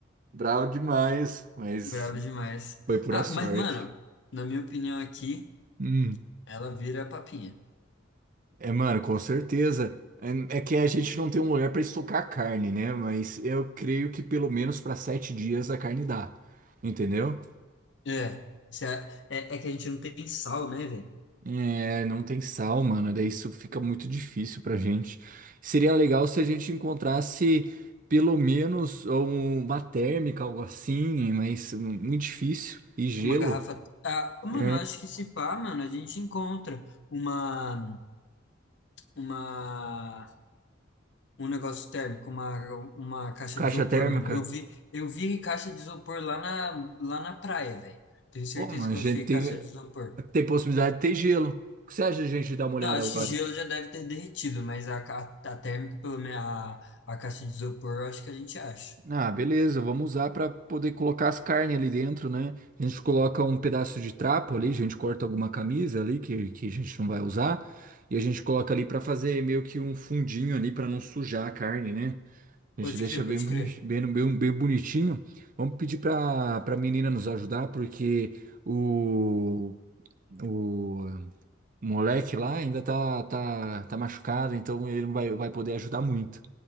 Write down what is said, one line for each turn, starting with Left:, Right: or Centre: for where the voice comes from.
Right: bravo demais, mas
Left: Brabo demais.
Right: foi pura
Left: Ah,
Right: sorte.
Left: mas, mano, na minha opinião aqui,
Right: Hum.
Left: ela vira papinha.
Right: É, mano, com certeza. É é que a gente não tem um lugar para estocar carne, né? Mas eu creio que pelo menos para sete dias a carne dá, entendeu?
Left: É, se a- é, é que a gente não tem sal, né, velho?
Right: É, não tem sal, mano. Daí isso fica muito difícil pra gente. Seria legal se a gente encontrasse pelo menos um- uma térmica, algo assim, mas hum, muito difícil. E gelo.
Left: Uma garrafa. Ah, mano,
Right: É,
Left: eu acho que se pá, mano, a gente encontra uma, uma, um negócio térmico, uma, uma caixa
Right: caixa
Left: de isopor,
Right: térmica.
Left: mano. Eu vi, eu vi caixa de isopor lá na, lá na praia, velho. Tenho certeza
Right: Ô, mas
Left: que
Right: a gente
Left: eu achei
Right: tem,
Left: caixa de isopor.
Right: tem possibilidade de ter gelo. O que você acha de a gente dar uma olhada
Left: Não, acho
Right: agora?
Left: que gelo já deve ter derretido, mas a, ca- a, térmica, pelo menos a, a caixa de isopor, eu acho que a gente acha.
Right: Ah, beleza, vamos usar para poder colocar as carnes ali dentro, né? A gente coloca um pedaço de trapo ali, a gente corta alguma camisa ali que, que a gente não vai usar, e a gente coloca ali para fazer meio que um fundinho ali para não sujar a carne, né? A
Left: Pode
Right: gente deixa
Left: crer,
Right: bem,
Left: pode
Right: boni-
Left: crer.
Right: bem, bem, bem bonitinho. Vamos pedir para para menina nos ajudar, porque o, o moleque lá ainda tá, tá, tá machucado, então ele não vai, vai poder ajudar muito.